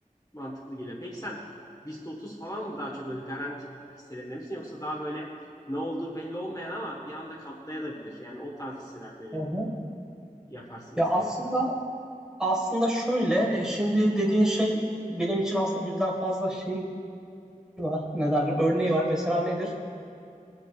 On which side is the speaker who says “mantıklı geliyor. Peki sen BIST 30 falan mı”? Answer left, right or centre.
Left